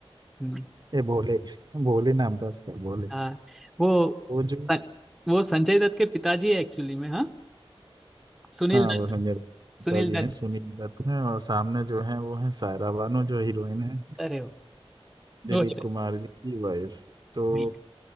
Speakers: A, in the centre; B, on the right.
A: हम्म,
B: ये भोले भोले नाम था उसका भोले
A: हाँ वो
B: वो जो
A: वो संजय दत्त के पिताजी है एक्चुअली में हाँ सुनील
B: हाँ
A: दत्त
B: वो संजय दत्ता
A: सुनील
B: जी
A: दत्त
B: हैं सुनील दत्त हैं और सामने जो हैं वो हैं सायरा बानो जो हीरोइन है
A: अरे वो
B: दिलीप
A: वो तो
B: कुमार जी की वाइफ तो
A: नहीं,